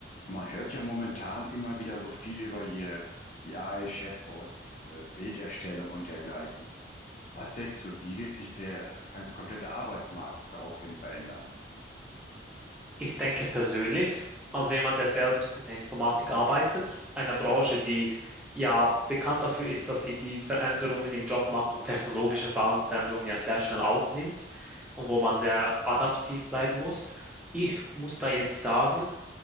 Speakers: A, on the left (about 40°); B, in the centre.
A: Man hört ja momentan immer wieder so viel über hier KI, Chatbot, äh, Bilderstellung und dergleichen. Was denkst du, wie wird sich der ganz komplette Arbeitsmarkt daraufhin verändern?
B: Ich denke persönlich, als jemand, der selbst in der Informatik arbeitet, einer Branche, die ja bekannt dafür ist, dass sie die Veränderungen im Jobmarkt und technologische Ver- Veränderungen ja sehr schnell aufnimmt und wo man sehr adaptiv bleiben muss. Ich muss da jetzt sagen,